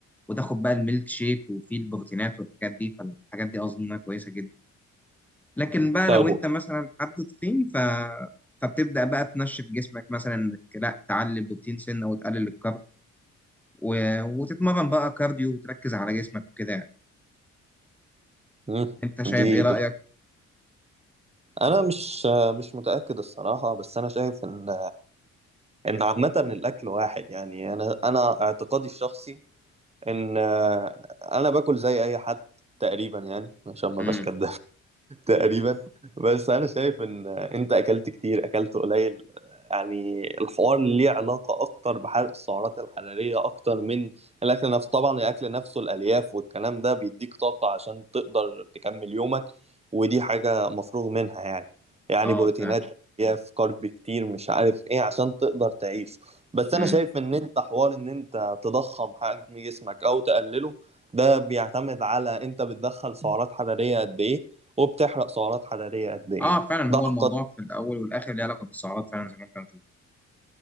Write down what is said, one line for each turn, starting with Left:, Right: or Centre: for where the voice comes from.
Centre: وتاخد بقى الميلك شيك وفيه البروتينات والحاجات دي فالحاجات دي اظن انها كويسه جدا لكن بقى
Right: طيب
Centre: لو انت
Right: و-
Centre: مثلا حد تخين ف... فبتبدأ بقى تنشف جسمك مثلا انك لا تعلي البروتين سنة وتقلل الكارب و... وتتمرن بقى كارديو وتركز على جسمك وكده يعني
Right: مم.
Centre: انت شايف
Right: دي
Centre: ايه رأيك؟
Right: انا مش مش متاكد الصراحه بس انا شايف ان ان عامه الاكل واحد يعني انا انا اعتقادي الشخصي ان آه، انا باكل زي اي حد تقريبا يعني عشان ما
Centre: امم
Right: بقاش كداب تقريبا بس انا شايف ان انت اكلت كتير اكلت قليل يعني الحوار ليه علاقة أكتر بحرق السعرات الحرارية أكتر من الأكل نفسه طبعا الأكل نفسه الألياف والكلام ده بيديك طاقة عشان تقدر تكمل يومك ودي حاجة مفروغ منها يعني يعني
Centre: اه
Right: بروتينات
Centre: فعلا
Right: ألياف كارب كتير مش عارف إيه عشان تقدر تعيش بس أنا
Centre: امم
Right: شايف إن أنت حوار إن أنت تضخم حجم جسمك أو تقلله ده بيعتمد على أنت بتدخل سعرات حرارية قد إيه وبتحرق سعرات حرارية قد إيه
Centre: اه فعلا
Right: ده
Centre: هو
Right: القضية
Centre: الموضوع في الاول والاخر ليه علاقة بالسعرات فعلا زي ما انت بتقول